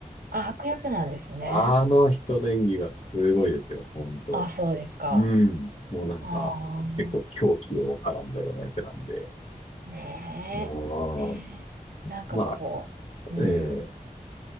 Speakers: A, on the right (about 85°); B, on the left (about 45°).
A: あ、悪役なんですね。
B: あの人の演技がすごいですよ、本当。
A: あ、そうですか。
B: うん。もうなんか、
A: あ
B: 結構狂気をはらんだような役なんで。
A: あ。ねえ。
B: うん。
A: ねえなんかこう、
B: まあ、
A: うん、
B: ええ